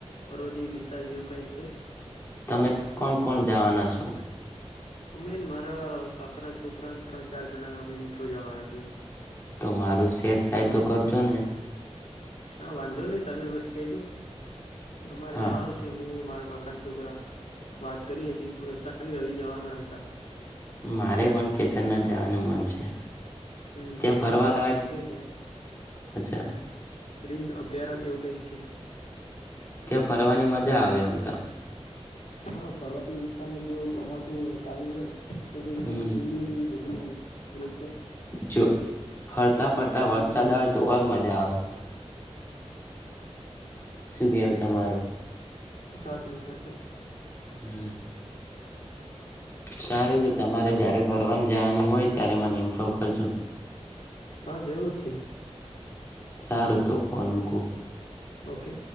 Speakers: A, on the left; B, on the left.
A: પર્વતીય વિસ્તાર જેવું કંઈક છે.
B: તમે કોણ કોણ જવાના છો?
A: અમેન મારા કાકાના છોકરાને ત્રણ ચાર જણા અમે મિત્રો જવાના છીએ.
B: તો મારું શેર થાય તો કરજો ને.
A: હા વાંધો નહી તમે બસ કેજો. અમારે
B: હા
A: જવાનું છે હું મારા કાકા છોકરા, વાત કરી હતી કોઈ સાની રવિ જવાના હતા.
B: મારે પણ કેદારનાથ જવાનું મન છે.
A: હમ
B: ત્યાં
A: જેશોર
B: ફરવા
A: પાર્ક
B: લાયક
A: છે ત્યાં.
B: અચ્છા
A: ર્રીન્સ અભયારણ્ય એવું કંઈક છે.
B: ત્યાં ફરવાની મજા આવે આમ તો.
A: હા પર્વતીય વિસ્તારને જો ચોમાસું ચાલુ હોય તો તો એકદમ
B: હમ
A: લીલું લીલું બધું હ રો
B: જો ફરતા ફરતા
A: મનને
B: વરસાદ
A: શાંતિ
B: આવે
A: મળે.
B: તો ઓર મજા આવે. શું કેવ તમારું?
A: વિ સાચૂ સાચું.
B: હમ. સારું કે તમારે જયારે ફરવાનું જવાનું હોય ત્યારે મને ઇન્ફો કરજુ.
A: હા જરૂર છે.
B: સારું તો કોલ મૂકું
A: ઓકે